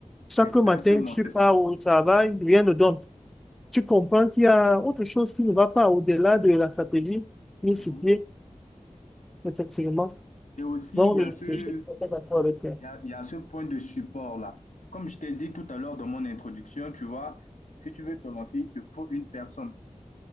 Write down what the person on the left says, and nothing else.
exactement,
c'est
ça.
Mhm.
Et aussi,
il y
a ce,
il y a, il y a ce point de support-là. Comme je t'ai dit tout à l'heure dans mon introduction, tu vois, si tu veux te lancer, il te faut une personne.